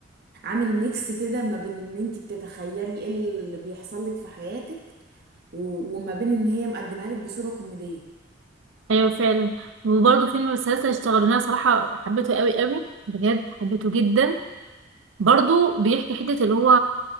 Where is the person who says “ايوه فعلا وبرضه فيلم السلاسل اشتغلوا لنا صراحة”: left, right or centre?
Right